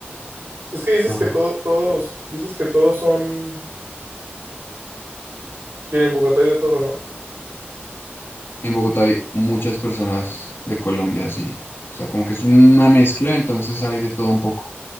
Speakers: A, on the right; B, on the left.
A: Es que dices
B: Ajá.
A: que todo, todos, dices que todos son, que en Bogotá hay de todo, ¿no?
B: En Bogotá hay muchas personas de Colombia, sí. O sea, como que es una mezcla, entonces hay de todo un poco.